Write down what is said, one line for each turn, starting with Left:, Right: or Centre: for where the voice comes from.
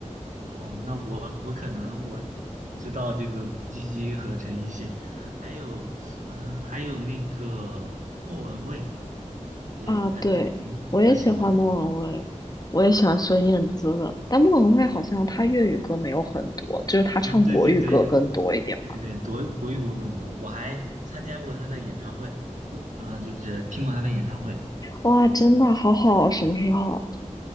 Right: 哦，那我我可能我只知道这个古巨基和陈奕迅，还有嗯，还有那个莫文蔚，我比较还挺比较喜欢的。
Left: 啊。对，我也喜欢莫文蔚，我也喜欢孙燕姿的，但莫文蔚好像她粤语歌没有很多，就是她唱国语歌更多一点吧。
Right: 啊，对对对对对，国国语歌更多，我还参加过他的演唱会，呃不呃，就是听过他的演唱会。
Left: 哇，真的好好啊，什么时候？